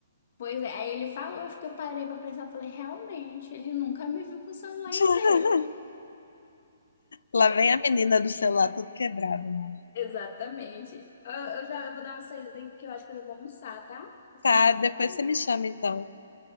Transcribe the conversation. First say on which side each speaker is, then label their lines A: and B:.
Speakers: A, on the left; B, on the left.
A: pois é, aí ele falou, eu fiquei, eu parei pra pensar, falei, realmente, ele nunca me viu com o celular
B: <laughs>
A: inteiro.
B: Lá vem a menina do celular tudo quebrado. mano.
A: Exatamente. Eu, eu já eu vou dar uma saída aqui que eu acho que eu já vou almoçar, tá? Tô ficando
B: Tá,
A: com fome.
B: depois você me chama então.